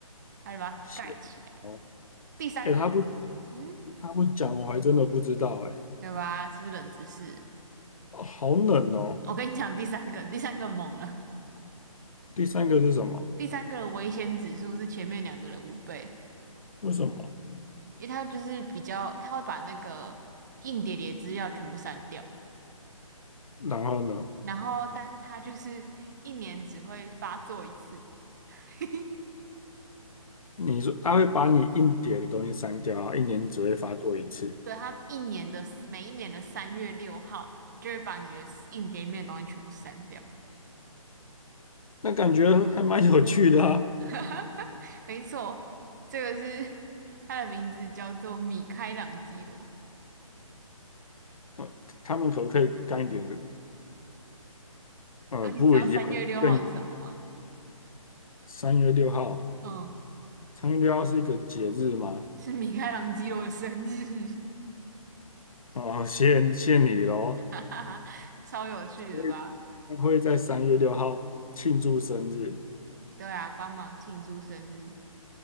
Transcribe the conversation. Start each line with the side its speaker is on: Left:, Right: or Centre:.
Right: 他就把它盖起来。
Left: 是哦，
Right: 第三个，
Left: 哎，他不
Right: 嗯，
Left: 他不讲，我还真的不知道哎、
Right: 对吧？是不是冷知识？
Left: 哦好冷哦。
Right: 我跟你讲，第三个，第三个猛了。
Left: 第三个是什么？
Right: 第三个的危险指数是前面两个的五倍，
Left: 为什么？
Right: 因为他就是比较，他会把那个硬碟里的资料全部删掉，
Left: 然后呢，
Right: 然后但是他就是一年只会发作一次。<laughs>
Left: 你说他会把你硬碟的东西删掉啊，一年只会发作一次，
Right: 对，他们一年的每一年的三月六号就会把你的硬碟里面的东西全部删掉。
Left: 那感觉还蛮有趣的啊。
Right: <laughs> 没错，这个是他的名字叫做米开朗基罗
Left: 呃他们可不可以干一点呃不一样，
Right: 啊。你知道三月六号是什么吗？
Left: 更有？三月六号啊，
Right: 嗯，
Left: 三月六号是一个节日吗？
Right: 是米开朗基罗的生日，
Left: 哦，谢谢你喽。
Right: <laughs> 哈哈哈，超有趣的吧？
Left: 因为他会在三月六号庆祝生日，
Right: 对啊，帮忙庆祝生日，